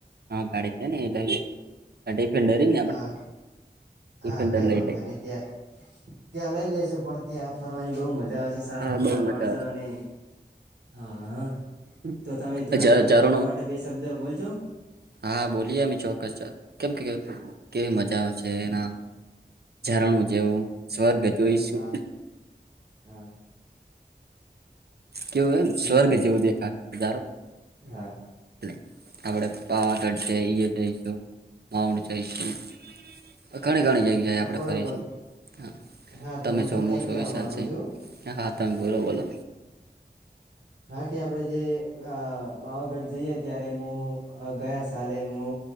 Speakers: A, on the right (about 70°); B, on the right (about 90°).
A: હા ગાડી ડિફેન્ડર છે ને આપણે
B: હા
A: ડિફેન્ડર
B: હા કઈ
A: લઈ
B: વાંધો
A: લઈશ
B: નહી ત્યાં ત્યાં લઈ લેસ પણ ત્યાં ફરવાની બહુ મજા આવશે સારા
A: હા
B: ફોટા
A: બહુ મજા
B: પાડશો અને હા
A: આવશે
B: તો તમે થોડાક
A: ઝરણો
B: ફરવા માટે બે શબ્દ બોલ છો
A: હા બોલીય અમે ચોક્કસ કેમ કે કે કેવી મજા આવેશે એના ઝરણું જેવું સ્વર્ગ જોઈશું
B: હા હા
A: કેવું હ
B: બીજું
A: સ્વર્ગ છેવું દેખા હજારો
B: હા
A: આપડે પાવા કઢશે જઈશું માઉઠ જઈશું ઘણી ઘણી જગ્યાએ
B: હા
A: આપણે
B: બરોબર
A: ફરીશું હા
B: હા
A: તમે
B: તો હું
A: છોમ
B: તમને એ
A: છું
B: કહેવા
A: વિ ચાલશે
B: માગુ છું
A: હ હા તંગોરો બોલો
B: હા કે આપણેે જે અ પાવાગઢ જઈે ત્યારે હું ગયા સાલે હું